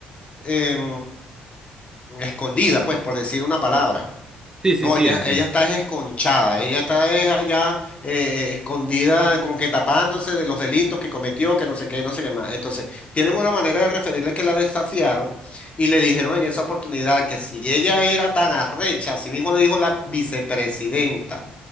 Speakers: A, on the left; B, on the right.
A: Em, escondida, pues, por decir una palabra.
B: sí, sí,
A: No,
B: sí,
A: ella,
B: entiendo.
A: ella está esconchada, ella está es allá eh, eh, escondida, como que tapándose de los delitos que cometió, que no sé qué, no sé qué más. Entonces, tienen una manera de referirle que la desafiaron y le dijeron en esa oportunidad que si ella era tan arrecha, así mismo le dijo la vicepresidenta